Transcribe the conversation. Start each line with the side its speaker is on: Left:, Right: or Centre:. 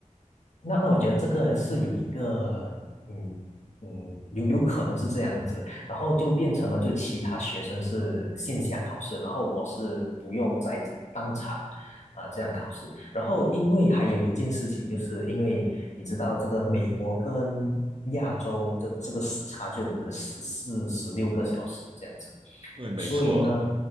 Left: 那那我觉得这个是有一个，嗯嗯，有有可能是这样子，然后就变成了就其他学生是线下考试，然后我是不用再当场啊、这样考试，然后因为还有一件事情，就是因为你知道这个美国跟亚洲这这个时差就可能十四十六个小时这样子，
Right: 对，没错。
Left: 所以呢，